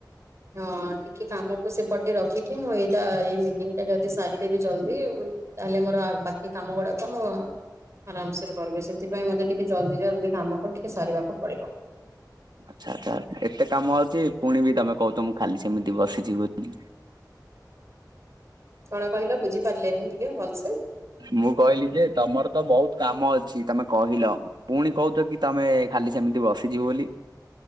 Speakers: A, on the right; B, on the right.
A: ହଁ ଟିକେ କାମକୁ ସେପଟେ ରଖିକି ମୁଁ ଏଇଟା ଏଇ ମିଟିଂ ଟା ଯଦି ସାରିଦେବି ଜଲ୍ଦି ତାହେଲେ ମୋର ବାକି କାମ ଗୁଡାକ ମୁଁ ଆରାମସରେ କରିବେ ସେଥିପାଇଁ ମତେ ଟିକେ ଜଲ୍ଦି ଜଲଦି କାମକୁ ଟିକେ ସାରିବାକୁ ପଡିବ।
B: ଆଛା ଆଚ୍ଛା ଏତେ କାମ ଅଛି ପୁଣି ବି ତମେ କହୁଛ ମୁଁ ଖାଲି ସେମିତି ବସିଛି ବୋଲି।
A: କଣ କହିଲ ବୁଝି ପାରିଲିନି ଟିକେ ଭଲସେ।
B: ମୁଁ କହିଲି ଯେ ତମର ତ ବହୁତ କାମ ଅଛି ତମେ କହିଲ। ପୁଣି କହୁଛ କି ତମେ ଖାଲି ସେମିତି ବସିଚି ବୋଲି।